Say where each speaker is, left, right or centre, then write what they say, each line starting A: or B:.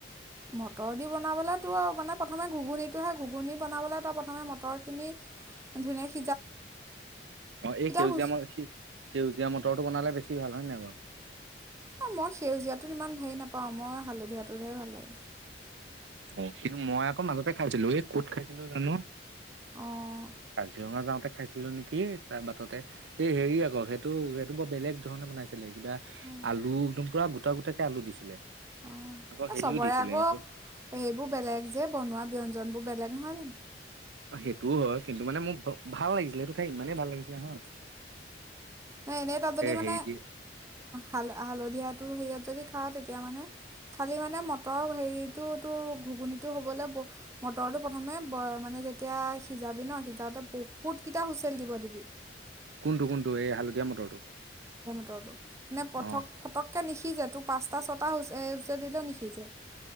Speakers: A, on the right; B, on the right.
A: মটৰ দি বনাবলে তো আও মানে প্ৰথমে ঘূগুনীতোহে ঘূগুনী বনাবলৈ তাপা মটৰ খিন ধুনীয়াকে
B: অ এই সেউজীয়া
A: হুচ
B: ম সেউজীয়া মটৰটো বনালে বেছি ভাল হয় নাই বাৰু?
A: অ মই সেউজীয়াত ইমান হেৰি নাপাওঁ মই হালধীয়াটোহে ভাল লাগে।
B: অ কিন্তু মই আকৌ মাজতে খাইছিলো। এই ক'ত খাইছিলো জানো,
A: অঁ
B: কাজিৰঙা যাওঁতে খাইছিলো নেকি, তাৰ বাটতে এই হেৰি আকৌ সেইটো সেইটো বৰ বেলেগ ধৰণে বনাইছিল। ছিলে কিবা
A: অঁ
B: আলু টুৰা গোটা গোটাকে আলু দিছিলে,
A: অঁ
B: আকৌ
A: এই
B: হেৰিও
A: চবৰে
B: দিছিলে
A: আকৌ
B: এইটো
A: এইবোৰ বেলেগ যে বনোৱা ব ব্যঞ্জন বোৰ বেলেগ নহয় জানো?
B: সেইটোও নহয় কিছুমানে মোক ভাল লাগিছিলে সেইটো সেই ইমানে ভাল লাগিছে নহয়,
A: অ এনেই তাত যদি মানে
B: হেৰি দি
A: হালধীয়াটো, হেৰিয়াত যদি খাও তেতিয়া মানে খালি মানে মটৰ হেৰিটো তোৰ ঘুগুনিটো হবলৈ বহুত। মটৰটো প্ৰথমে মানে যেতিয়া সিজাবি ন সিজাতে বহুতকেইটা হুইচেল দিব দিবি।
B: কোনটো কোনটো এই হালধীয়া মটৰটো।
A: <unintelligible> নে পথক
B: অ
A: ফটককে নিহিজে তোৰ পাঁচটা ছটা হৈছে। <unintelligible> দিলেও নিহিজে।